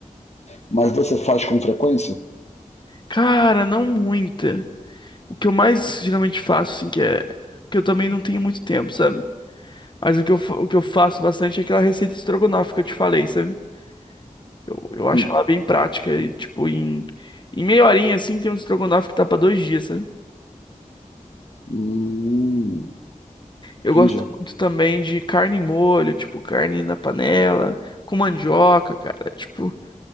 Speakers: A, on the left; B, on the left.
A: Mas você faz com frequência?
B: Cara, não muita. O que eu mais geralmente faço, assim, que é. Porque eu também não tenho muito tempo, sabe? Mas o que eu, fa- o que eu faço bastante é aquela receita estrogonofe que eu te falei, sabe? Eu, eu acho
A: Hum,
B: ela bem prática e, tipo, em, em meia horinha, assim, tem um estrogonofe que tá pra dois dias, sabe?
A: hum,
B: Eu
A: entendi.
B: gosto muito também de carne em molho, tipo, carne na panela, com mandioca, cara. Tipo,